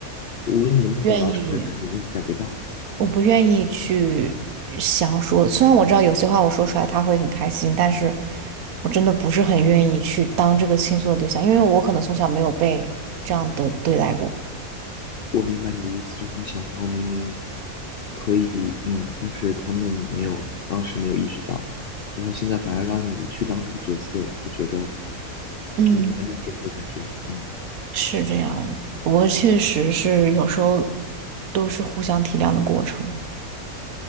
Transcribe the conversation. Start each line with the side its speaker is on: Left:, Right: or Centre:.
Left: 无论你能不能表达出来，
Right: 愿意，
Left: 但是你能感觉到。
Right: 我不愿意去想说。虽然我知道有些话我说出来他会很开心，但是我真的不是很愿意去当这个倾诉的对象，因为我可能从小没有被这样的对待过。
Left: 我明白你的意思，就是你小时候明明可以，嗯，但是他们没有，当时没有意识到，然后现在反而让你去当这个角色，你会觉得
Right: 嗯，
Left: 我能理解你的感觉，嗯，
Right: 是这样的。不过确实是有时候都是互相体谅的过程。